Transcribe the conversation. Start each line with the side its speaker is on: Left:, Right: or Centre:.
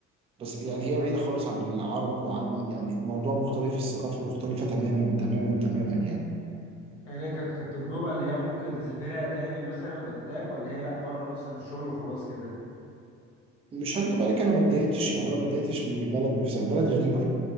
Right: بس يعني هي بعيدة خالص عن العرب وعن يعني موضوع مختلف الثقافة مختلفة تماما تماما تماما يعني
Left: يعني هي كانت كانت تجربة اللي هي ممكن تسافرها تاني مثلا قدام ولا هي لا مرة مثلا الشغل وخلاص كده
Right: مش هكذب عليك انا ما اتضايقتش يعني انا ما اتضايقتش من البلد نفسها البلد غريبة